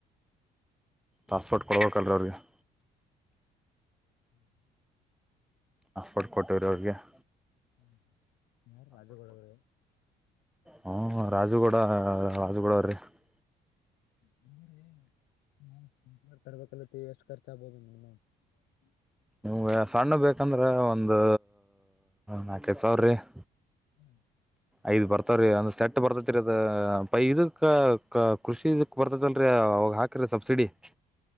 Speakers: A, in the centre; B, on the left (about 90°).
A: ಹಾಟ್ಸ್ಪಾಟ್ ಕೊಡ್ಬೇಕಲ್, ರೀ ಅವ್ರಿಗೆ.? <inaudible>
B: ಹ್ಮ. <inaudible>
A: ಹಾಟ್ಸ್ಪಾಟ್, ಕೊಟ್ಟವ್ರಿ! ಅವ್ರಿಗೆ.. <inaudible>
B: ಹ್ಮ, ಯಾರು ರಾಜುಗೌಡ.? ಅವರ. <inaudible>
A: ಹಾ, ರಾಜುಗೌಡ, ರಾಜುಗೌಡ, ಅವ್ರೀ. <unintelligible>
B: ಹ್ಮ್ಮ್, ರಿ, ಹ್ಮ. <inaudible> ಹೇಳಾ, ತರುಬೇಕಾಲಾ! ಹ್ಯಾಂಟಿ, ಕರ್ಬೇಕಲತ್ತ, ಎಷ್ಟು, ಖರ್ಚ ಆಗ್ಬೋದು ನಾವು--. <inaudible>
A: ನಿಮ್ಗೆ, ಸಣ್ಣದು, ಬೇಕಂದ್ರೆ. ಒಂದು ನಾಲ್ಕೈದು ಸಾವಿರ ರೀ. <inaudible>
B: ಹ್ಮ್. <inaudible>
A: ಐದ್, ಬರ್ತವ್ರೀ! ಒಂದ್ ಸೆಟ್ ಬರ್ತೈತಿರಿ ಅದು ಪೈ ಇದಕ್ ಕೃಷಿ ಇದಕ್ ಬರ್ತೈತಿಲ್ರರಿ, ಅವಾಗ ಹಾಕ್ರಿದೇ, ಸಬ್ಸಿಡಿ. <inaudible>